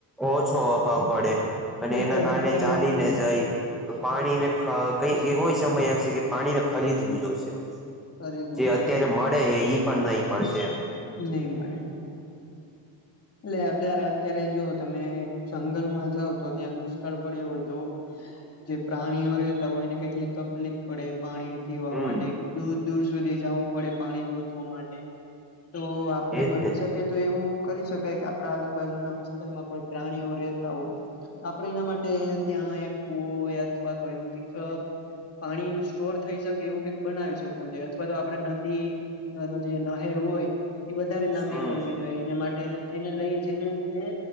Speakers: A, in the centre; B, on the left.
A: ઓછો પડે અને
B: એ
A: એના
B: તો
A: કારણે
B: થાય.
A: ચાલીને જાય, પાણીને કઈ એવો સમય આવશે કે પાણીને ખરીદવું જોશે.
B: શરીર નું
A: જે અત્યારે મળેહે ઈ. પણ નહી મળશે.
B: નહીં મળે. એટલે અત્યારે, અત્યારે જો તમે જંગલમાં જાઓ તો ત્યાં દુષ્કાળ પડ્યો હોય તો જે પ્રાણીઓ રેહતા હોયને, કેટલી તકલીફ પડે. પાણી પીવા
A: હમ
B: માટે દૂર દૂર સુધી જવું પાણી ગોતવા માટે તો આપણે
A: એજ
B: બની
A: ને
B: તો એવું કરી શકાય કે આપણા આજુબાજુના વિસ્તારમાં કોઈ પ્રાણીઓ રહેતા હોય. આપણે એના માટે ત્યાં એક કુવો અથવા તો હોય એવું કંઈક પાણી સ્ટોર થઈ શકે એવું કઈક બનાવી શકું છે અથવા તો આપણે નદી અથવા તો જે નહેર હોય. એ વધારે લાંબી
A: હમ
B: કરવી જોઈએ. એને માટે એને લઈ જેને લીધે